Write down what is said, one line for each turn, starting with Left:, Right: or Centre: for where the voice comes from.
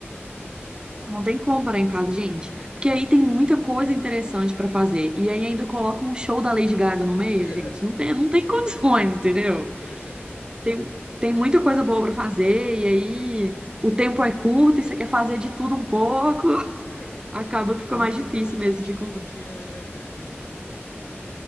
Left: Passou de ser
Right: Não
Left: um monte
Right: tem
Left: de...
Right: como
Left: mim,
Right: parar em casa, gente, porque
Left: né?
Right: aí tem muita coisa interessante pra fazer. E aí ainda coloca um show da Lady Gaga no meio,
Left: <laughs> É, é,
Right: gente, não tem, não
Left: pois
Right: tem
Left: é,
Right: <laughs> condições, entendeu?
Left: pois é,
Right: tem, tem muita coisa boa para fazer, e aí o tempo é curto e você quer fazer de tudo um pouco, <laughs>
Left: é.
Right: acaba que
Left: E
Right: fica
Left: tem
Right: mais
Left: muita
Right: difícil
Left: coisa aqui
Right: mesmo
Left: que,
Right: de encontrar.
Left: que é gratuita, né?